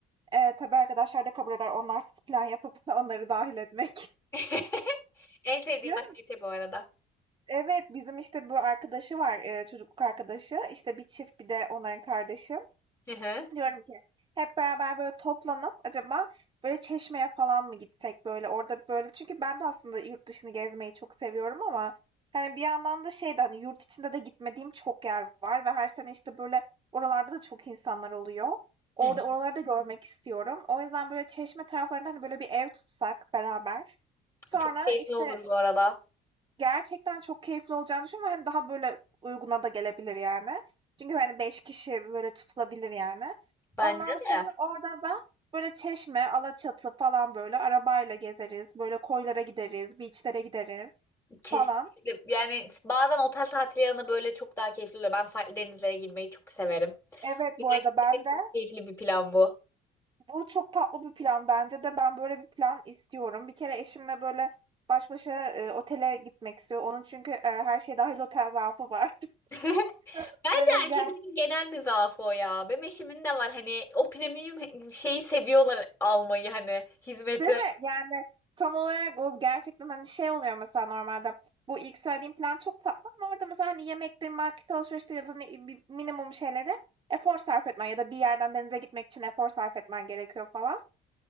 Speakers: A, on the right; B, on the left.
A: Ee, tabii arkadaşlar da kabul eder onlarsız plan yapıp <laughs> onları dahil etmek.
B: <laughs> En sevdiğim
A: Diyorum
B: aktivite bu arada.
A: evet bizim işte bu arkadaşı var e, çocukluk arkadaşı. İşte bir çift bir de onların kardeşi.
B: Hı hı. <laughs>
A: Diyorum ki hep beraber böyle toplanıp acaba böyle Çeşme'ye falan mı gitsek böyle orada böyle çünkü ben de aslında yurt dışını gezmeyi çok seviyorum ama hani bir yandan da şey de hani yurt içinde de gitmediğim çok yer var ve her sene işte böyle oralarda da çok insanlar oluyor. Orada
B: Hı hı.
A: oraları da görmek istiyorum. O yüzden böyle Çeşme taraflarında hani böyle bir ev tutsak beraber. Sonra
B: Çok keyifli
A: işte
B: olur bu arada.
A: Gerçekten çok keyifli olacağını düşünüyorum ve, hani, daha böyle uyguna da gelebilir yani. Çünkü, hani, 5 kişi böyle tutulabilir yani.
B: Bence
A: Ondan sonra
B: de.
A: orada da böyle Çeşme, Alaçatı falan böyle arabayla gezeriz, böyle koylara gideriz, beach'lere gideriz
B: Kesinlikle.
A: falan.
B: Yani bazen otel tatili yanı böyle çok daha keyifli oluyor. Ben farklı denizlere girmeyi çok severim.
A: Evet,
B: O yüzden
A: bu arada
B: kesinlikle
A: ben de
B: çok keyifli bir plan bu.
A: bu çok tatlı bir plan bence de ben böyle bir plan istiyorum. Bir kere eşimle böyle baş başa, eee, otele gitmek istiyor. Onun çünkü, eee, her şey dahil otel zaafı var. <laughs>
B: <laughs> Bence
A: Böyle ger
B: erkeklerin genel bir zaafı o ya. Benim eşimin de var hani o premium şeyi seviyorlar almayı hani hizmeti.
A: Değil mi? Yani tam olarak o gerçekten, hani, şey oluyor mesela normalde, bu ilk söylediğim plan çok tatlı ama orada mesela, hani, yemektir, market alışveriştir ya da ne bi minimum şeylere efor sarf etmen ya da bir yerden denize gitmek için efor sarf etmen gerekiyor falan.